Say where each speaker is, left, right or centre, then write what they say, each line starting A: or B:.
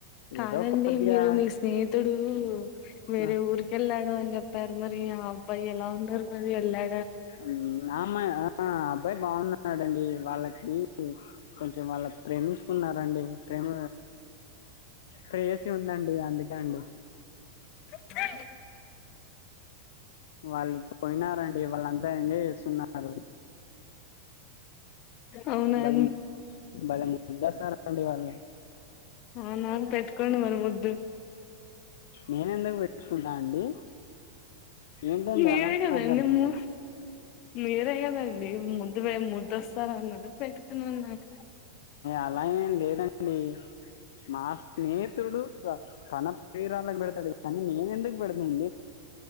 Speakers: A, on the left; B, on the left.
A: కాదండి
B: ఏదో కొద్దిగా
A: మీరు మీ స్నేహి తడు వేరే
B: ఆ
A: ఊరికెళ్లా ని చెప్పారు మరి ఆ అబ్బాయి ఎలా ఉంటారు మరి ఎలా
B: ఆ ఆ అమ్మాయా అబ్బాయి బావున అడండి వాళ్ళకి కొంచెం వాళ్ళు ప్రేమించుకున్నారండి ప్రేమ ప్రేయసి ఉందండి అందుకే అండి
A: సర
B: వాళ్ళు పోయినారండి వాళ్ళంత బాగా ఎంజాయ్ చేస్తున్నారు
A: అవునా
B: బలము
A: అండి
B: భలే ముద్దస్తారండి వాళ్ళు
A: అవునా మరి పెట్టుకోండి మరి ముద్దు
B: నేన ఎందుకు పెట్టుకుంటా అండి ఏంటండి
A: ఏం
B: అలా
A: ఐడియాలు
B: మాట్లాడుతుంది
A: నెమో మీర ఏదన్ ముద్దు పోయేలికి ముద్దు వస్త్ సర అన్నది పెట్టుతున్నాన్నారు
B: అలా ఏం లేదండి డి మా స్నేహితుడు తన ప్రేరాలకు పెడతాడు కానీ నేను ఎందుకు పెడుతాను